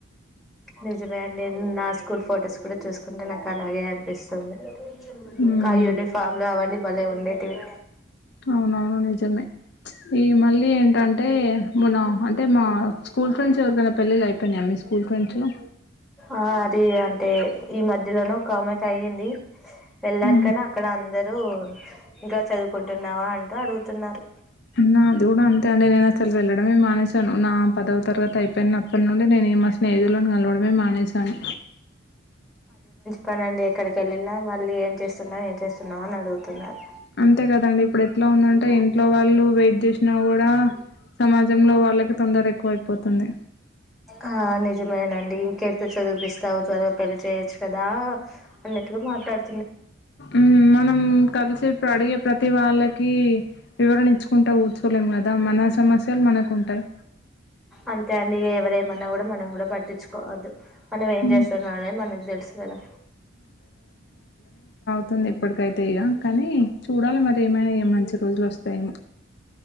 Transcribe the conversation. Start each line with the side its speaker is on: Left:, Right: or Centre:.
Centre: నిజమే అండి నాస్ కూల్ ఫొటోస్ కూడ చూసుకుంటే నాకు అలాగే అనిపిస్తుంది
Left: ఉమ్
Centre: కా యూనిఫామ్లు అవన్నీ భలే ఉండేటివి
Left: అవునవును నిజమే ఈ మళ్ళీ ఏంటంటే మన అంటే మా స్కూల్ ఫ్రెడ్స్ ఎవరికైనా పెళ్లిళ్లయిపొనయ మీ స్కూల్ ఫ్రెండ్స్లో
Centre: ఆ అది అంటే ఈ మధ్యలోను ఒక ఆమెకు అయ్యింది వెళ్ళమ్
Left: ఉమ్
Centre: కానీ అక్కడ అందరూ ఇంకా చదువుకుంటున్నావా అంటూ అడుగుతున్నారు.
Left: నాద్ గుడ అంతే అండి నేన్ అసలు వెళ్ళడమే మానేశాను. నా పదవ తరగతి అయిపోయినప్పన్ నుండి నేన్ నే మా స్నేహితులను కలవడమే మానేసాను.
Centre: పనండి ఎక్కడికెళ్లిన మళ్ళీ ఏం చేస్తున్నావ్ ఏం చేస్తున్నావ్ అని అడుగుతున్నారు.
Left: అంతే కదండి ఇప్పుడ్ ఎట్లా ఉందంటే ఇంట్లో వాళ్ళు వెయిట్ చేస్ నా గుడా సమాజంలో వాళ్ళకి తొందరెక్కు అయిపోతుంది.
Centre: ఆ నిజమేనండి ఇంకె <unintelligible> పెళ్ళి చేయొచ్చు కదా అన్నట్టు మాట్లాడ్
Left: మ్ మనం కల్సే అడిగే ప్రతీ వాళ్ళకీ వివరణ ఇచ్చుకుంట కూర్చోలేం గ దా మన సమస్యలు మనకుంటాయి.
Centre: అంతే అండి <unintelligible> మనం గుడా పట్టించుకోవద్దు. మనం ఏం
Left: మ్మ్
Centre: చేస్తున్నా అనే మనక్ తెల్సు గదా
Left: స్తుంది ఎప్పటికైతే ఇగ కనీ చూడాలె మరి ఏమైనా ఇగ మంచి రోజుల్ వస్తాయేమో